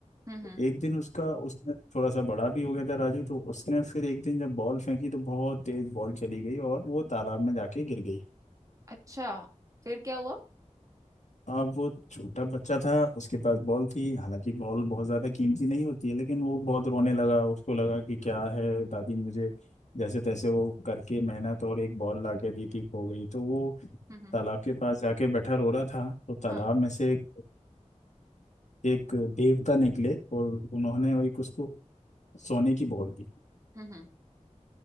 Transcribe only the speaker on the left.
तो
एक दिन उसका उसने थोड़ा सा बड़ा भी हो गया था राजू तो उसने फिर एक दिन जब बॉल फेंकी तो बहुत तेज बॉल चली गई और वो तालाब में जाके गिर गई
अब वो छोटा बच्चा था उसके पास बॉल थी हालांकि बॉल बहुत ज़्यादा कीमती नहीं होती है लेकिन वो बहुत रोने लगा उसको लगा कि क्या है दादी मुझे जैसे तैसे वो करके मेहनत और एक बॉल ला के दी थी खो गई तो वो
तालाब के पास जाके बैठा रो रहा था तो तालाब
में से एक, एक देवता निकले और उन्होंने एक उसको सोने की बॉल दी